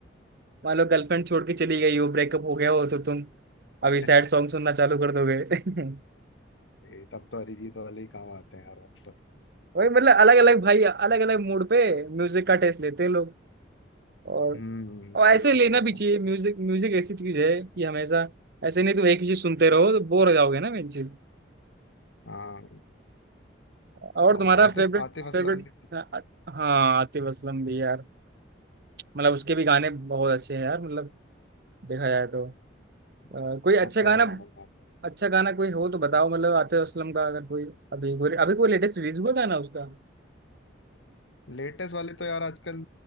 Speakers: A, on the right; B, on the left.
A: मान लो गर्लफ्रेंड छोड़ के चली गई हो ब्रेकअप हो गया हो तो तुम अभी सैड
B: है
A: सॉन्ग सुनना चालू कर दोगे <laughs>
B: <laughs> वही, तब तो अरिजीत वाले ही काम आते हैं यार मतलब
A: वही मतलब अलग अलग भाई अलग अलग मूड पे म्यूजिक का टेस्ट लेते हैं लोग और
B: हम्म
A: और
B: सही
A: ऐसे
B: बात
A: लेना
B: है एकदम
A: भी चाहिए म्यूजिक म्यूजिक ऐसी चीज है कि हमेशा ऐसे नहीं तुम एक ही चीज सुनते रहो तो बोर हो जाओगे ना मेन चीज
B: हाँ
A: और तुम्हारा
B: और आतिफ
A: फेवरेट
B: आतिफ
A: फेवरेट
B: असलम भी
A: हाँ आतिफ असलम भी यार मतलब उसके भी गाने बहुत अच्छे
B: बहुत
A: हैं यार मतलब देखा जाए तो अ,
B: बहुत
A: कोई अच्छा
B: बहुत प्यारे
A: गाना
B: गाने बनाता है
A: अच्छा गाना कोई हो तो बताओ मतलब आतिफ असलम का अगर कोई अभी कोई अभी कोई लेटेस्ट रिलीज हुआ गाना उसका
B: लेटेस्ट वाले तो यार आजकल